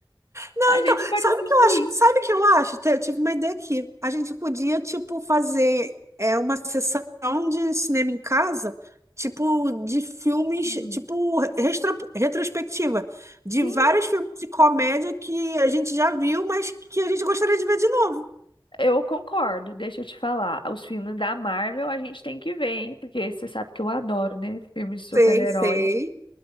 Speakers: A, on the right; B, on the left.
A: Não,
B: A gente
A: então,
B: pode
A: sabe
B: assistir.
A: o que eu acho? Sabe o que eu acho? Te- Eu tive uma ideia aqui. A gente podia, tipo, fazer é, uma sessão de cinema em casa, tipo, de filmes,
B: Uhum.
A: tipo, retro retrospectiva, de
B: Sim,
A: vários filmes de comédia que a gente já viu, mas que a gente gostaria de ver de novo.
B: eu concordo. Deixa eu te falar. Os filmes da Marvel a gente tem que ver, hein? Porque você sabe que eu adoro, né? filmes de super-heróis.
A: Sei, sei,